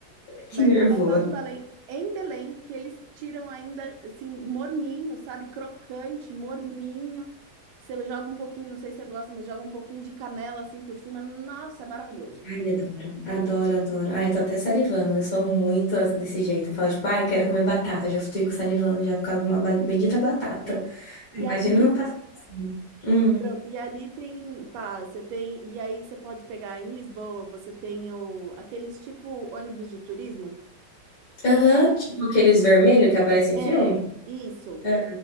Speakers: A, on the left (about 55°); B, on the right (about 80°).
A: Que
B: Mas
A: nervoso.
B: um pastel de Belém em Belém, que eles tiram ainda, assim, morninho, sabe? Crocante, morninho. Você joga um pouquinho, não sei se você gosta, mas joga um pouquinho de canela, assim, por cima. Nossa, é maravilhoso.
A: Ai, adoro, adoro, adoro. Ai, tô até salivando. Eu sou muito desse jeito. Eu falo, tipo, ai, quero comer batata. Já fico salivando, já por causa de uma ba- bendita batata.
B: É. E
A: Imagina
B: ali
A: não passar assim. Hum.
B: Pronto, e ali tem, pá, você tem, e aí você pode pegar em Lisboa, você tem o, aqueles tipo ônibus de turismo.
A: Aham, tipo aqueles vermelhos que aparecem em
B: É,
A: filme?
B: Isso.
A: É.